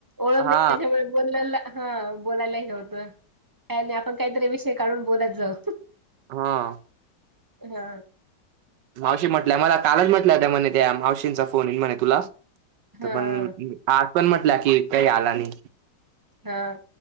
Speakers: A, on the right (about 20°); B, on the right (about 75°).
A: ओळख नाही
B: हा
A: त्याच्यामुळे बोलेलं हं, बोलायला हे होतं. काय नाही, आपण काहीतरी विषय काढून बोलत जाऊ.
B: हा.
A: हा.
B: मावशी म्हटल्या मला कालच म्हटल्या होत्या, म्हणे त्या मावशींचा फोन येईल म्हणे तुला. तर
A: हा
B: पण आज पण म्हटलं की काही आला नाही.
A: हा.